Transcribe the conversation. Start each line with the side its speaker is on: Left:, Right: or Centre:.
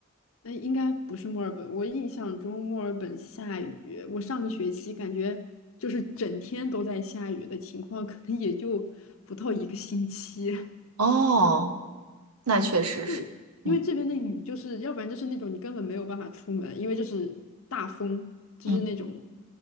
Left: 那应该不是墨尔本，我印象中墨尔本下雨，我上个学期感觉就是整天都在下雨的情况，可能也就不到一个星期。
Right: 哦，那确实是，
Left: 就因为这边的雨，
Right: 嗯
Left: 就是要不然就是那种你根本没有办法出门，因为就是大风，就是那种
Right: 嗯。